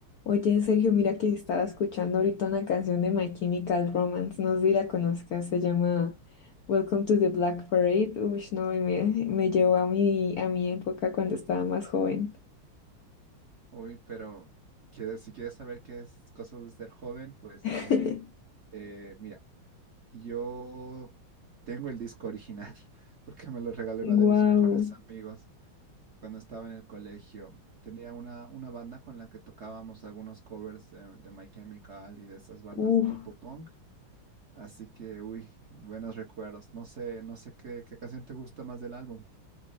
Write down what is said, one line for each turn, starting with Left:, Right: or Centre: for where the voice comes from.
Left: Oye, Sergio, mira que estaba escuchando ahorita una canción de My Chemical Romance, no sé si la conozcas, se llama Welcome to the Black Parade. Uy, no, y me, me llevó a mi, a mi época cuando estaba más joven.
Right: Uy, pero quieres- si quieres saber qué es cosas de ser joven, pues
Left: <laughs>
Right: Angie, eh, mira, yo tengo el disco original <laughs> porque me lo regaló uno de
Left: Wow.
Right: mis mejores amigos cuando estaba en el colegio. Tenía una, una banda con la que tocábamos algunos covers de, de My Chemical y de esas bandas
Left: Uf.
Right: de tipo punk. Así que, uy, buenos recuerdos. No sé, no sé qué, qué canción te gusta más del álbum.